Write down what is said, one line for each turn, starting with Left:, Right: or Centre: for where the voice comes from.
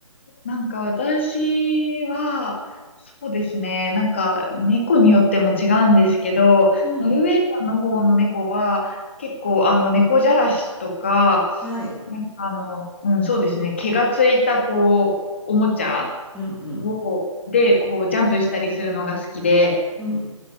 Left: なんか私は、そうですね。なんか猫によっても違うんですけど、
Centre: うん。
Left: ノルウェージャンの方の猫は結構あの猫じゃらしとか、
Centre: はい。
Left: なんかあの、うん、そうですね。毛がついたこう、おもちゃ
Centre: うんうん。
Left: を、で、こうジャンプしたりするのが好きで、
Centre: うん。